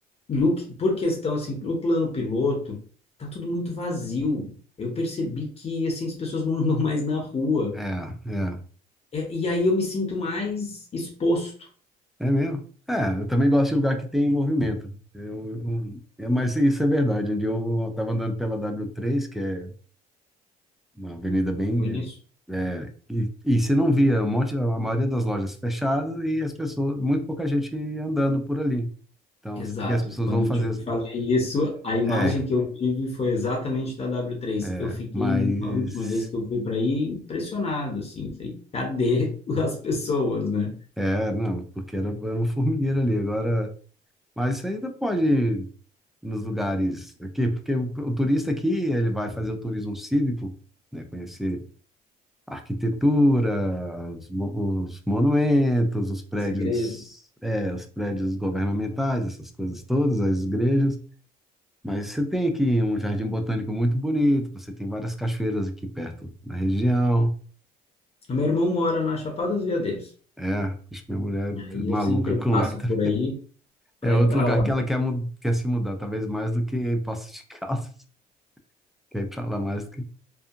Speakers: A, on the left; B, in the centre.
A: No, que- por questão, assim, no plano piloto, tá tudo muito vazio. Eu percebi que, assim, as pessoas não andam mais na rua.
B: É, é.
A: É, e aí eu me sinto mais exposto
B: É mesmo? É, eu também gosto de lugar que tem movimento. Eu, eu, é, mas isso é verdade. Um dia eu estava andando pela W3, que é uma avenida bem.
A: Conheço.
B: É, é, e, e você não via um monte, a maioria das lojas fechadas e as pessoas, muito pouca gente andando por ali. Então,
A: Exato.
B: assim, porque as pessoas
A: Quando
B: vão fazer.
A: eu te
B: as-
A: falei isso, a imagem
B: É, é,
A: que eu tive foi exatamente da w três
B: é,
A: Eu fiquei,
B: mas.
A: a última vez que eu fui para aí, impressionado, assim. Falei, cadê <laughs> as pessoas, né?
B: É, não, porque era, era um formigueiro ali. Agora. Mas isso ainda pode. nos lugares aqui, porque o, o turista aqui, ele vai fazer o turismo cívico, né, conhecer a arquitetura, os, mo- os monumentos, os prédios,
A: As igrejas.
B: é, os prédios governamentais, essas coisas todas, as igrejas. Mas você tem aqui um jardim botânico muito bonito, você tem várias cachoeiras aqui perto na região.
A: Meu irmão mora na Chapada dos Veadeiros.
B: É, acho que minha mulher
A: Aí
B: é maluca
A: eu sempre
B: com
A: passo
B: lá. tá?
A: por aí para
B: É outro
A: ir para
B: lugar
A: lá.
B: que ela quer, mu- quer se mudar, talvez mais do que Poços de Caldas. <laughs> Quer ir pra lá mais do que.